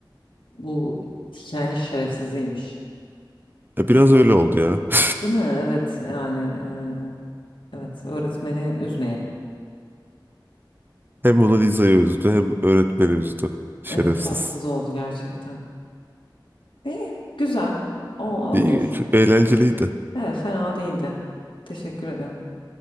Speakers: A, on the left (about 85°); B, on the right (about 25°).
A: bu hikayenin şerefsiziymiş.
B: E, biraz öyle oldu ya. <laughs>
A: Değil mi? Evet yani eee, evet öğretmeni üzmeyelim.
B: Hem Mona Lisa'yı üzdü hem öğretmeni üzdü. Şerefsiz.
A: Evet tatsız oldu gerçekten. İyi güzel o olur.
B: İyi, çok eğlenceliydi.
A: Evet fena değildi. Teşekkür ederim.